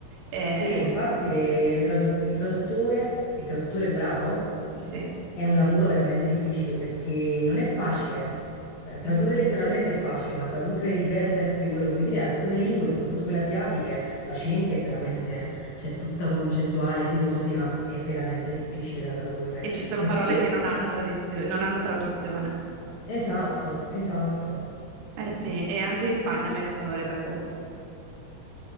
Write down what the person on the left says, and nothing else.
Sì, e infatti le- le tradu- il traduttore, il traduttore bravo
È un lavoro veramente difficile perché non è facile. Eh, Tradurre
letteralmente è facile, ma tradurre il vero senso di quello che vuoi dire, alcune lingue, soprattutto quelle asiatiche, la cinese è veramente, cioè tutta concettuale, filosofica, è veramente difficile da tradurre.
Eppure,
esatto, esatto.